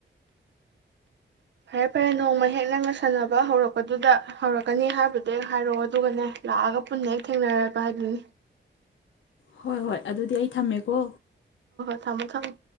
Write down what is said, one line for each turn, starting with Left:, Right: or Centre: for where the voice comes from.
Right: ꯐꯔꯦ ꯐꯔꯦ ꯅꯣꯡꯃ ꯍꯦꯛ ꯅꯪꯒ ꯁꯥꯟꯅꯕ ꯍꯧꯔꯛꯄꯗꯨꯗ ꯍꯧꯔꯛꯀꯅꯤ ꯍꯥꯏꯕꯗꯨ ꯍꯥꯏꯔꯛꯑꯣ ꯑꯗꯨꯒꯅꯦ ꯂꯥꯛꯑꯒ ꯄꯨꯟꯅ ꯍꯦꯛ ꯊꯦꯡꯅꯔꯔꯕ ꯍꯥꯏꯗꯨꯅꯤ
Left: ꯍꯣꯏ ꯍꯣꯏ ꯑꯗꯨꯗꯤ ꯑꯩ ꯊꯝꯃꯦꯀꯣ
Right: ꯊꯃꯨ ꯊꯃꯨ